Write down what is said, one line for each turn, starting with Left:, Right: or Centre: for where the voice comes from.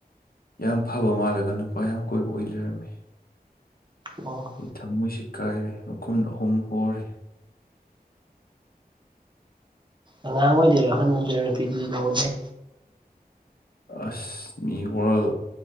Left: ꯌꯥꯝ ꯐꯕ ꯃꯥꯜꯂꯒ ꯅꯨꯄꯥ ꯌꯥꯝ ꯀꯣꯏꯕ ꯑꯣꯏ ꯂꯩꯔꯝꯃꯤ
Right: ꯑꯣ
Left: ꯊꯃꯣꯏꯁꯤ ꯀꯥꯏꯔꯦ ꯃꯈꯨꯟ ꯑꯍꯨꯝ ꯍꯔꯦ
Right: ꯑꯉꯥꯡ ꯑꯣꯏꯗꯣꯏꯔꯣ ꯑꯍꯟ ꯑꯣꯏꯗꯣꯢꯔꯣ ꯅꯨꯄꯤꯗꯨꯗꯤ ꯅꯉꯣꯟꯗꯩ
Left: ꯑꯁ ꯃꯤ ꯋꯥꯔꯜ